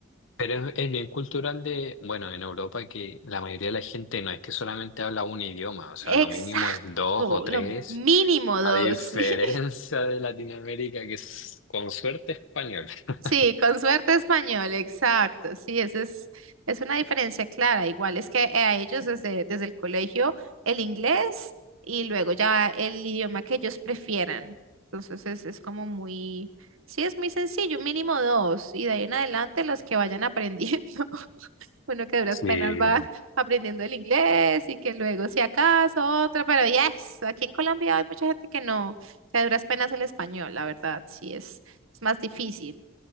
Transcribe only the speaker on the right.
exacto,
lo mínimo
dos,
<laughs> sí.
Sí, con suerte español, exacto. Sí, esa es, es una diferencia clara. Igual es que eh, a ellos desde, desde el colegio el inglés y luego ya el idioma que ellos prefieran. Entonces es, es como muy, sí, es muy sencillo, mínimo dos. Y de ahí en adelante los que vayan aprendiendo, <laughs> uno que a duras
penas va aprendiendo el inglés y que luego si acaso otra, pero yes, aquí en Colombia hay mucha gente que no, que a duras penas el español, la verdad, sí es, es más difícil.